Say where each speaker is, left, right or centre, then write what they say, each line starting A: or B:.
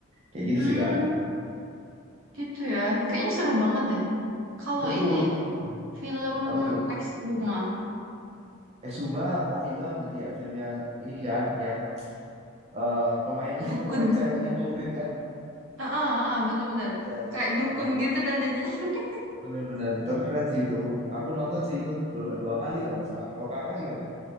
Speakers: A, on the right; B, on the right.
A: Kayak
B: Hmm.
A: gitu sih, Kak.
B: Gitu ya. Kayaknya seru banget deh. Kalau
A: Betul,
B: ini
A: betul.
B: film
A: Apa tuh?
B: Exhuma,
A: Exuma, oh film berarti ya. Filmnya ini kan yang eh, pemainnya <laughs>
B: Dukun.
A: pemain ceweknya Goblin kan?
B: Ah, ah, ah, ah, bener-bener.
A: Iya, iya.
B: Kayak dukun
A: Heeh,
B: gitu kan jadinya. <laughs>
A: Bener-bener. Tapi keren sih itu. Aku nonton sih itu berapa dua kali kalau nggak salah. Kalau kakak gimana?